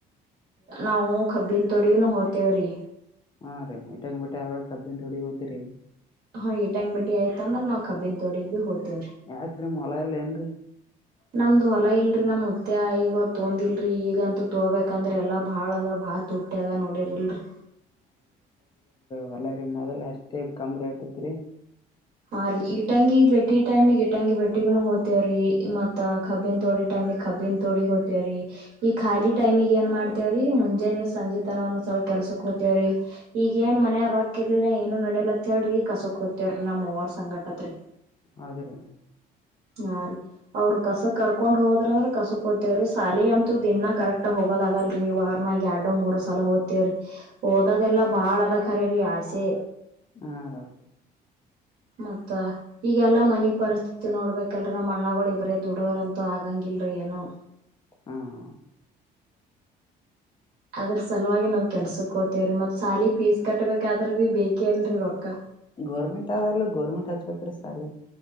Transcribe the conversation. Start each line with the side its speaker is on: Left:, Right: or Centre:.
Right: ನಾವು ಕಬ್ಬನ್ ತೊಡಿಗನು ಹೋಗ್ತೇವ್ರಿ
Left: ಹಾ ರೀ ಇಟ್ಟ ಹಂಗ್ ಬಟ್ಟಿ ಅವ್ರಾಗ ಕಬ್ಬಿನ್ ತೊಡಿ ಹೋತತಿರಿ
Right: ಹಾ ಈಟಂಗ್ ಬಿಟ್ಟಿ ಆಯ್ತ ಅಂದ್ರೆ ನಾವು ಕಬನ್ ತೋಡಿಿಗೆ ಬಿ ಹದ್ವಿ
Left: ಯಾಕ್ರಿ ನಿಮ್ ಹೊಲ ಇಲ್ಲ ಏನ್ರಿ
Right: ನಮ್ದು ಹೊಲ ಇಲ್ರಿ ನಮ ಮತ್ತ ಈಗಳು ತೊಂದಿಲ್ರಿ ಈಗಂತೂ ತೋ್ಬೇಕಂದ್ರೆ ಎಲ್ಲಾ ಭಾಳ ಅಂದ್ರ ಭಾಳ್ ತುಟ್ಟ್ಯ ಅದ ನೋಡಿರ್ಲ್ರಿ
Left: ಹೊಲ್ಲರಿೀ ಮೊದಲ್ ಅಷ್ಟೇ ಕಮ್ ರೇಟ್ ಐತ್ರಿ
Right: ಹಾ ರೀ ಇಟಂಗಿ ಬೆಟ್ಟಿ ಟೈಮಿಗೆ ಇಟ್ಟಂಗಿ ಬೆಟ್ಟಿೂ ಹೋತೇವ್ರೀ ಮತ್ತ ಕಬ್ಬಿನ್ ತೋಡಿ ಟೈಮಿ ಕಬ್ಬಿನ್ ತೋಡಿಗ್ ಹೋತೇವ್ರರಿ ಈ ಖಾಲಿ ಟೈಮಗ್ ಏನ್ ಮಾಡ್ತೇವ್ರಿ ಮುಂಜಾನ ಸಂಜೆ ತನ ಒಂದೊಂದ್ಸಲ ಕೆಲ್ಸಕ್ ಹತೇವ್ರಿ ಈಗ ಏನ್ ಮನಯವರಾಕಿರ್ಲಿಲ್ಲ ಏನು ನಡಲತ್ ಹೇಳ್ರಿ ಕಸಕ್ ಹತ್ತವ್ರರಿ ನಮ್ವರ್ ಸಂಗಟತ್ರರಿ
Left: ಅದ ರೀ
Right: ಹಾ ರೀ ಅವ್ರ ಕಸ ಕರ್ಕೊಂಡ್ ಹೋದ ಂದ್ರ ಕಸಕ್ ತೇವ್ರೀ ಸಾಲಿ ಅಂತೂ ದಿನ ಕರೆಕ್ಟ್ ಹೋಗೋದ ಆಗಲ್ರಿ ವಾರ್ ನಾಗ ಎರಡು ಮೂರು ಸಲ ಹದ ವ್ರಿ ಓದದೆಲ್ಲಾ ಬಾಳ ಅದ ಖರಿ ಆಸೆ
Left: ಹಾೌದು
Right: ಮತ್ತ ಈಗೆಲ್ಲಾ ಮನಿ ಪರಿಸ್ಥಿತಿ ನೋಡ್ಬೇಕಲ್ರ ನಮ್ಮ್ ಅಣ್ಣಗಳು ಒಬ್ರೇ ದುಡದ್ರಂತೂ ಆಗಂಗಿಲ್ರರಿ ಏನೋ
Left: ಹ್ಮ ಹಾ
Right: ಅದ್ರ ಸಲುವಾಗಿ ನಾವ್ ಕೆಲ್ಸ ಕೋತೇವ್ರೀ ಮತ್ ಸಾಲಿ ಪಫೀಸ್ ಕಟ್ಬೇಕಾದ್ರ ಬಿ ಬೇಕೇ ಅಲ್ರೀ ರೊಕ್ಕ
Left: ಗೌರ್ಮೆಂಟ್ ಅವಲ್ಲ ಗೋರ್ಮೆಂಟ್ ಹಚ್ಬೇಕ್ರ ಸಾಲೆ